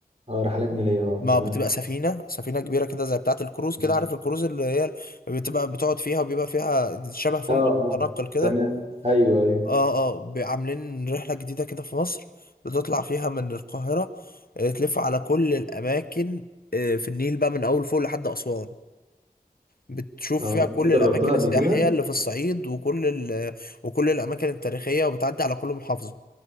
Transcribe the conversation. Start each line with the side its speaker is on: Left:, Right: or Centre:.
Right: اه رحلات نيليه اه
Left: ما
Right: تمام
Left: بتبقى سفينة سفينة كبيرة كده زي بتاعة الكروز
Right: مم.
Left: كده عارف الكروز اللي هي بتبقى بتقعد فيها وبيبقى فيها شبه فندق
Right: اه آه،
Left: متنقل كده
Right: تمام ايوه ايوه
Left: اه اه ب- عاملين رحلة جديدة كده في مصر بتطلع فيها من القاهرة آه، تلف على كل الأماكن آه، في النيل بقى من أول فوق لحد أسوان بتشوف
Right: اه
Left: فيها كل
Right: انت جربتها
Left: الأماكن
Right: قبل
Left: السياحية
Right: كده
Left: اللي في الصعيد وكل ال وكل الأماكن التاريخية وبتعدي على كل محافظة